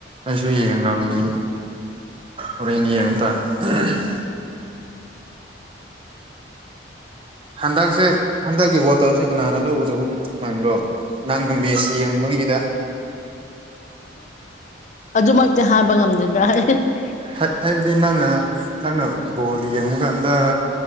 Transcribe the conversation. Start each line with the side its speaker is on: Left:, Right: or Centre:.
Right: ꯑꯩꯁꯨ ꯌꯦꯡ ꯉꯝꯗ꯭ꯔꯤ ꯍꯣꯔꯦꯟꯅꯤ ꯌꯦꯉꯇꯥꯏ <unintelligible> ꯍꯟꯗꯛꯁꯦ ꯍꯟꯗꯛꯀꯤ ꯋꯥꯀꯞꯁꯦ ꯀꯅꯥꯅ ꯂꯧꯒꯗꯕ ꯃꯕ꯭ꯔꯣ ꯅꯪꯅꯥ ꯃꯦꯁꯤ ꯌꯦꯡꯕꯒꯤꯗ
Left: ꯑꯗꯨꯃꯛꯇꯤ ꯍꯥꯏꯕ ꯉꯝꯗꯦꯗ <unintelligible>
Right: ꯍꯥꯏ ꯍꯥꯏꯕꯗꯤ ꯅꯪꯅ ꯅꯪꯅ ꯕꯣꯜ ꯌꯦꯡꯕ ꯀꯥꯟꯗ